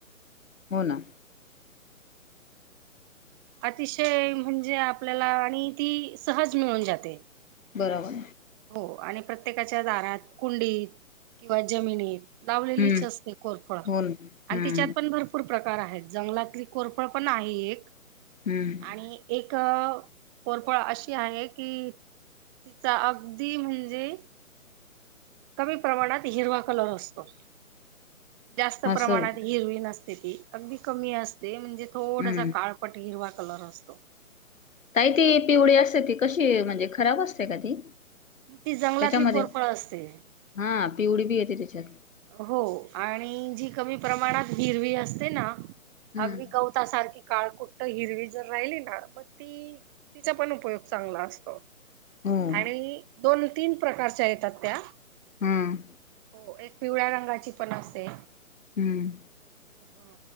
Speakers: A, on the left; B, on the right.
A: हो ना.
B: अतिशय म्हणजे, आपल्याला आणि ती सहज मिळून जाते.
A: बरोबर.
B: हो आणि प्रत्येकाच्या दारात, कुंडीत किंवा जमिनीत लावलेलीच
A: हम्म
B: असते कोरफळ.
A: हो ना
B: आणि
A: हम्म
B: तिच्यात पण भरपूर रपूर प्रकार आहेत. जंगलातली कोरफळ पण आहे एक
A: हम्म.
B: आणि एक कोरफळ अशी आहे की, तिचा अ अगदी म्हणजे, कमी प्रमाणात हिरवा कलर असतो. जास्त
A: असं
B: प्रमाणात हिरवी नसते. किती अगदी कमी असते म्हणजे, थोडासा
A: हम्म
B: काळपट हिरवा कलर असतो.
A: ताई ती पिवडी असते ती कशी, म्हणजे खराब असते का? ती
B: ती जंगलातली
A: त्याच्यामध्ये
B: कोरफळ असते.
A: हा पिवडी बी येते त्याच्यात.
B: हो, आणि जी कमी प्रमाणात हिरवी असते ना,
A: हम्म.
B: अगदी गव ता सारखी काळ कुठ्ट हिरवी जर राहिली ना, मग ती तिचा पण उपयोग चांगला असतो.
A: हम्म
B: आणि दोन, तीन प्रकारच्या येतात त्या.
A: हम्म.
B: हो. एक पिवळ्या रंगाची पण असते.
A: हम्म.
B: हा